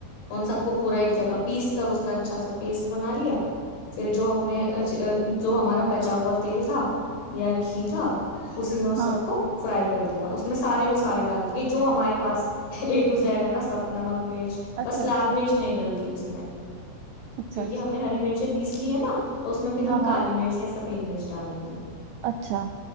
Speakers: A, on the left; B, on the right.
A: ان سب کو پورا ایک جگہ پیس کر اس اس کا اچھا سا پیسٹ بنا لیا پھر جو ہم نے جو ہمارا بچا ہوا تیل تھا یا گھی تھا اسی میں اس
B: ہاں
A: سب کو فرائی کر دیا اس میں سارے مسالے ڈال دیے جو ہمارے پا اے ٹو زیڈ ہے نا سب نمک مرچ
B: اچھا
A: بس لال
B: اچھا
A: مرچ نہیں ڈلتی اس میں
B: اچھا
A: کیونکہ
B: اچھا
A: ہم نے ہری مرچی گسلی ہے نا تو اس میں پھر ہم
B: ہاں
A: کالی
B: ہاں
A: مرچ یا سب پ ڈالیں گے
B: اچھا